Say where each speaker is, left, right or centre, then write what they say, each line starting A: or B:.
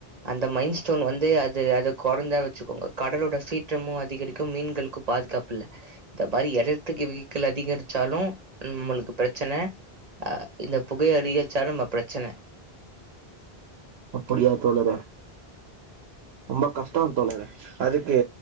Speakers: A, on the right; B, on the right.
A: அந்த மைண்டஸ்டோன் வந்து அது அத கொறந்தா வச்சிக்கோங்கோ கடலோட சீற்றமு அதிகரிக்கோ மீன்களுக்கு பாதுகாப் பில்ல இந்த மாரி எலத்ரிக் வெகிகள் அதிகரிச்சாலு நம்மளுக்கு பிரச்சன ஆ இந்த புகைய அதிகரிச்சாலு நம்ம பிரச்சன
B: அப்படியா தோலரே ரொம்ப கஷ்டோ தோலரே அதுக்கு